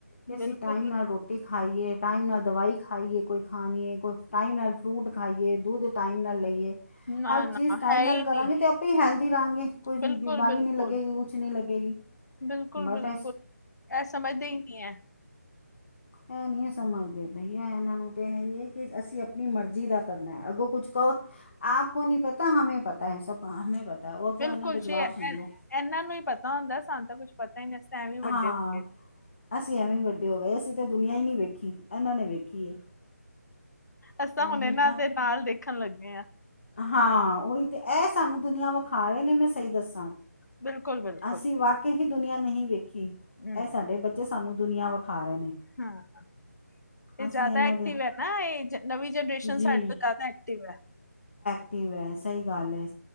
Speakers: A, on the left; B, on the left.
A: ਕਿ ਅਸੀਂ
B: ਬਿਲਕੁਲ
A: ਟਾਈਮ ਨਾਲ ਰੋਟੀ ਖਾਈਏ ਟਾਈਮ ਨਾਲ ਦਵਾਈ ਖਾਈਏ ਕੋਈ ਖਾਣੀਏ। ਕੋਈ ਟਾਈਮ ਨਾਲ ਫਰੂਟ ਖਾਈਏ ਦੁੱਧ ਟਾਈਮ ਨਾਲ ਲਈਏ
B: ਨਾ
A: ਹਰ
B: ਨਾ
A: ਚੀਜ਼ ਟਾਈਮ
B: ਹੈ
A: ਨਾਲ
B: ਹੀ
A: ਕਰਾਂਗੇ
B: ਨਹੀਂ
A: ਅਤੇ ਆਪ ਹੈਲਦੀ ਰਹਾਂਗੇ ਕੋਈ
B: ਬਿਲਕੁਲ
A: ਬਿਮਾਰੀ
B: ਬਿਲਕੁਲ
A: ਨਹੀਂ ਲੱਗੇਗੀ ਕੁ ਨਹੀਂ ਲੱਗੇਗੀ
B: ਬਿਲਕੁਲ
A: ਬਟ
B: ਬਿਲਕੁਲ
A: ਐ
B: ਇਹ ਸਮਝਦੇ ਹੀ ਨਹੀਂ ਹੈ।
A: ਇਹ ਨਹੀਂ ਸਮਝਦੇ ਬਈਆ ਇਹਨਾਂ ਨੂੰ ਤੇ ਹੈ-ਹੈ ਕਿ ਅਸੀਂ ਆਪਣੀ ਮਰਜ਼ੀ ਦਾ। ਕਰਨਾ ਹੈ ਅੱਗੋਂ ਕੁਛ ਕਹੋ ਆਪ ਕੋ ਨਹੀਂ ਪਤਾ ਹਮੇ ਪਤਾ ਹੈ। ਸਭ ਹਮੇ ਪਤਾ ਹੈ ਉਹ ਅੱਗੋਂ
B: ਬਿਲਕੁਲ
A: ਇਹਨਾਂ ਦੇ ਜਵਾਬ
B: ਜੀ ਇਹਨਾਂ
A: ਸੁਣ ਲਓ
B: ਨੂੰ ਹੀ ਪਤਾ ਹੁੰਦਾ ਸੰਤ ਤਾਂ ਕੁੱਛ ਪਤਾ ਹੀ ਵਸਤੇ ਐਵੇ ਵੀ
A: ਹਾਂ
B: ਵੱਡੇ ਹੋ ਗਏ
A: ਅਸੀਂ ਐਵੇਂ ਹੀ ਵੱਡੇ ਹੋ ਗਏ ਅਸੀਂ ਤਾਂ ਦੁਨੀਆਂ ਹੀ ਨਹੀਂ ਵੇਖੀ ਇਹਨਾਂ ਨੇ ਵੇਖੀ ਹੈ।
B: ਅਸੀ ਤੇ
A: ਉਹੀ
B: ਹੁਣ ਇਹਨਾਂ
A: ਤਾਂ
B: ਦੇ ਨਾਲ ਦੇਖਣ ਲੱਗੇ ਹਾਂ।
A: ਹਾਂ ਉਹੀ ਤੇ ਇਹ ਸਾਨੂੰ ਦੁਨੀਆਂ ਵਿਖਾ ਰਹੇ ਨੇ ਮੈਂ ਸਹੀ ਦੱਸ
B: ਬਿਲਕੁਲ ਬਿਲਕੁਲ
A: ਅਸੀਂ ਵਾਕੇ ਹੀ ਦੁਨੀਆਂ ਨਹੀਂ ਵੇਖੀ ਕੀ
B: ਹਮ
A: ਇਹ ਸਾਡੇ ਬੱਚੇ ਸਾਨੂੰ ਦੁਨੀਆਂ ਵਿਖਾ ਰਹੇ ਨੇ।
B: ਹਾਂ ਇਹ
A: ਅਸੀਂ
B: ਜ਼ਿਆਦਾ
A: ਇਹਨਾਂ
B: ਐਕਟਿਵ
A: ਦੇ
B: ਹੈ ਨਾ ਇਹ ਨਵੀਂ ਜਨਰੇਸ਼ਨ
A: ਜੀ
B: ਸਾਡੇ ਤੋਂ ਜ਼ਿਆਦਾ ਐਕਟਿਵ ਹੈ।
A: ਐਕਟਿਵ ਵੀਿਆ ਸਹੀ ਗੱਲ ਹੈ।